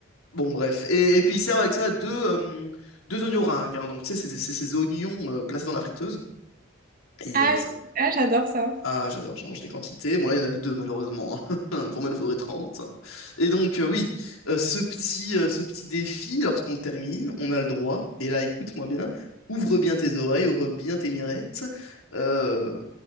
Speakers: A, on the left; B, on the right.
A: Bon, bref. Et, et puis, ils servent avec ça deux, euh, deux oignons ringues, hein. donc tu sais, c'est c'est- c'est ces oignons euh, placés dans la friteuse. Et
B: Ah
A: euh, ça,
B: oui, ah, j'adore ça.
A: Ah, j'adore, j'en mange des quantités. Bon, là, il n'y en a que deux, malheureusement. <laughs> Pour moi, il en faudrait trente Et donc, euh, oui, euh, ce petit, euh, ce petit défi, lorsqu'on le termine, on a le droit. Et là, écoute-moi bien, ouvre bien tes oreilles, ouvre bien tes mirettes. Euh,